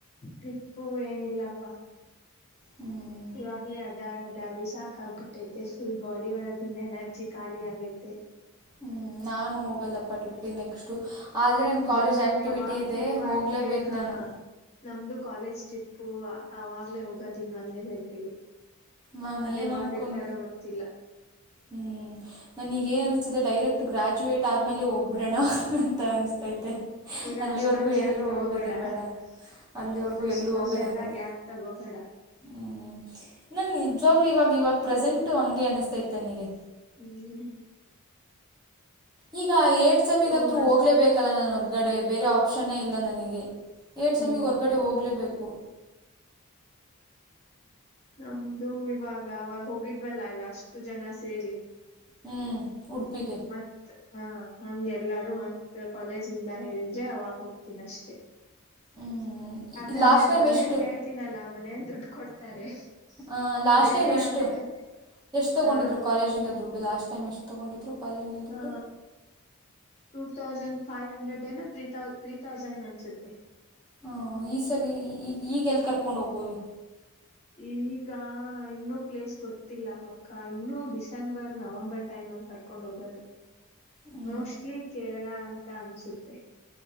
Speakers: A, on the left; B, on the right.
A: ಟ್ರಿಪ್ಪು ಇಲ್ಲಪ್ಪಾ.
B: ಹ್ಮ್
A: ಇವಾಗಲೇ ಅಡ್ಡಾಡ್ ಅಡ್ಡಾಡಿ ಸಾಕ್ ಆಗ್ಬಿಟೈತೆ ಫುಲ್ ಬಾಡಿ ಒಳಗಿನ್ ಎನರ್ಜಿ ಖಾಲಿ ಆಗೈತೆ.
B: ಹ್ಮ್ ನಾನು ಹೋಗಲ್ಲಪ್ಪ ಟ್ರಿಪಿಗೆ ನೆಕ್ಸ್ಟ್ ಆದರೆ ನನ್ನ ಕಾಲೇಜ್
A: ಇನ್
B: ಆ್ಯಕ್ಟಿವಿಟಿ
A: ಯಾವಾಗ
B: ಇದೆ
A: ಟ್ರಿಪ್
B: ಹೋಗಲೇಬೇಕು
A: ಅಂದ್ರೆ ಹಾ
B: ನಾನು.
A: ನಮ್ದು ಕಾಲೇಜ್ ಟ್ರಿಪ್ಪು ಆವಾಗ್ಲೇ ಹೋಗೋದ ಇನ್ ಒಂದೇ ಗಂಟೆಗೆ.
B: ನಾನು
A: ಅದು
B: ಏನು
A: ಯಾವಾಗ್
B: ಅನ್ಕೊಂಡ
A: ಇಡ್ತಾರೋ ಗೊತ್ತಿಲ್ಲ.
B: ಹ್ಞೂ ನನೀಗ್ ಏನ್ ಅನಿಸ್ತಿದೆ ಡೈರೆಕ್ಟ್ ಗ್ರ್ಯಾಜುಯೇಟ್ ಆದ್ಮೇಲೆ ಹೋಗ್ಬಿಡಣ ಅಂತ ಅನ್ಸ್ತೈತೆ
A: ತೀರಾ
B: ಅಲ್ಲಿವರ್ಗೂ
A: ಅಷ್ಟೊಂದ್ ಗ್ಯಾಪ್
B: ಎಲ್ಲೂ
A: ತಗೋಬೇಡ
B: ಹೋಗೋದೆ ಬೇಡ. ಅಲ್ಲಿವರ್ಗೂ
A: ಅಷ್ಟೊಂದೆಲ್ಲಾ
B: ಎಲ್ಲೂ ಹೋಗದ ಬೇಡ.
A: ಗ್ಯಾಪ್ ತಗೋಬೇಡ
B: ಹ್ಮ್ ನನ್ ನಿಜವಾಗ್ಲು ಇವಾಗಿವಾಗ ಪ್ರೆಸೆಂಟು ಹಂಗೆ ಅನ್ಸ್ತೈತ್ ನನಿಗೆ.
A: ಹ್ಮ್
B: ಈಗ ಏಟ್ ಸೆಮ್ಮಿಗಂತೂ
A: ಹೋಗನ್
B: ಹೋಗ್ಲೇಬೇಕೇಲ್ಲ ನಾನ ಹೊರ್ಗಡೆ ಬೇರೆ ಆಪ್ಷನ್ನೇ ಇಲ್ಲ ನನಿಗೆ ಏಟ್
A: ಹ್ಮ್
B: ಸೆಮ್ಮಿಗ್ ಹೊರ್ಗಡೆ ಹೋಗ್ಲೇಬೇಕು
A: ನಮ್ದು ಇವಾಗ ಅವಾಗ ಹೋಗಿದ್ವಲ್ಲ ಅಷ್ಟು ಜನ ಸೇರಿ.
B: ಹ್ಞೂ ಉಡುಪಿಗೆ
A: ಹ್ಮ ಮತ್ತ ಹಂಗೆಲ್ಲಾರು ಮತ್ತೆ ಕಾಲೇಜಿಂದ ಹೇಳಿದ್ರೆ ಅವಾಗ್ ಹೋಗ್ತೀನಷ್ಟೆ
B: ಹ್ಞೂ
A: ಯಾಕಂದ್ರೆ
B: ಲಾಸ್ಟ್
A: ಅದ್
B: ಟೈಮ್
A: ಮನೇಲಿ
B: ಎಷ್ಟು
A: ಹೇಳ್ತೀನಲ್ಲಾ ಮನೇಲಿ ದುಡ್ ಕೊಡ್ತಾರೆ.
B: ಹಾ ಲಾಸ್ಟ್
A: ಬೇರೆ
B: ಟೈಮ್ ಎಷ್ಟು
A: ಆದ್ರೆ
B: ಎಷ್ಟು ತಗೊಂಡಿದ್ರು
A: ಆ
B: ಕಾಲೇಜಿಂದ ದುಡ್ಡು ಲಾಸ್ಟ್ ಟೈಮ್ ಎಷ್ಟ್ ತಗೊಂಡಿದ್ರು. ಕಾಲೇಜಿಂದ ದುಡ್ಡು
A: ಆ ಟೂ ತೌಸಂಡ್ ಫೈವ್ ಹಂಡ್ರೆಡ್ ಏನ ತ್ರೀ ತೌ ತ್ರೀ ತೌಸಂಡ್ ಅನ್ಸುತ್ತೆ.
B: ಹೊ ಈ ಸರಿ ಈ ಈಗೆಲ್ ಕರ್ಕೊಂಡ್ ಹೋಗ್ಬೋದು
A: ಈಗ ಇನ್ನು ಪ್ಲೇಸ್ ಗೊತ್ತಿಲ್ಲ ಪಕ್ಕ ಇನ್ನು ಡಿಸೆಂಬರ್ ನವಂಬರ್ ಟೈಮಲ್ ಕ ಕರ್ಕೊಂಡ್ ಹೋಗೋದು
B: ಹ್ಞೂ
A: ಮೋಸ್ಟ್ಲಿ ಕೇರಳ ಅಂತ ಅನ್ಸುತ್ತೆ.